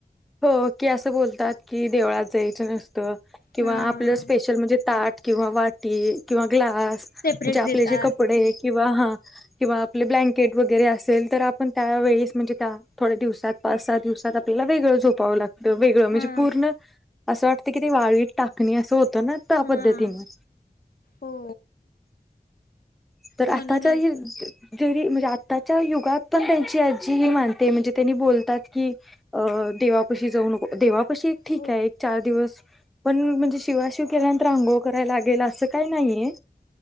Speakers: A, in the centre; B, on the left.
A: हो, की असं बोलतात की देवळात जायचं नसतं, किंवा
B: हा
A: आपलं स्पे -शल म्हणजे ताट किंवा वाटी किंवा ग्लास म्हणजे
B: सेपरेट
A: आपले
B: देतात
A: जे कपडे किंवा हा, किंवा आपले ब्लँकेट वगैरे असेल तर आपण त्यावेेळेस म्हणजे त्या थोड्या दिवसात, पाच सहा दिवसात आपल्याला वेगळं झोपावं लागतं, वेगळं म्हणजे
B: हा
A: पूर्ण असं वाटतं की, ती वाळीत टाकणी, असं होतं ना त्या
B: हा
A: पद्धतीने
B: हो.
A: तर आताच्या
B: म्हणूनच
A: ही जरी, म्हणजे आत्ताच्या युगात पण त्यांची आजी ही मानते, म्हणजे त्यांनी बोलतात की अं देवापशी जाऊ नको. देवापशी एक ठीक
B: हो
A: ए, एक चार दिवस पण म्हणजे, शिवा शिव केल्यानंतर अघोळ करायला लागेल, असं काय नाईये.